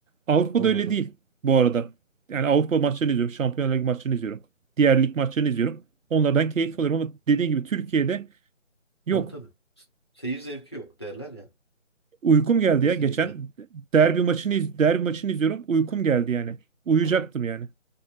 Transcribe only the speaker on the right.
Avrupa'da
öyle değil bu arada. Yani Avrupa maçlarını izliyorum. Şampiyonlar Ligi maçlarını izliyorum. Diğer lig maçlarını izliyorum. Onlardan keyif alıyorum ama dediğin gibi Türkiye'de yok.
Uykum geldi
ya. Geçen derbi maçını iz- derbi maçını izliyorum. Uykum geldi yani. Uyuyacaktım yani.